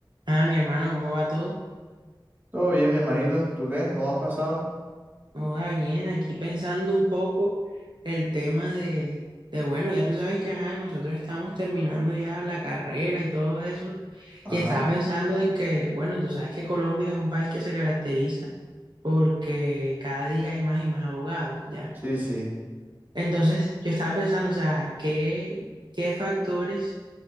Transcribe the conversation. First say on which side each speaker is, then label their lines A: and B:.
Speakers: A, on the right; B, on the right.
A: Ah, mi hermano, ¿cómo va todo?
B: Todo bien, mi hermanito. ¿Tú qué? ¿Cómo has pasado?
A: ¿Cómo va bien? Aquí pensando un poco el tema de, de, bueno, ya tú sabes que, ajá, nosotros estamos terminando ya la carrera y todo eso.
B: Ajá.
A: Y estaba pensando en que, bueno, tú sabes que Colombia es un país que se caracteriza porque cada día hay más y más abogados, ya.
B: Sí, sí.
A: Entonces, yo estaba pensando, o sea, ¿qué, qué factores?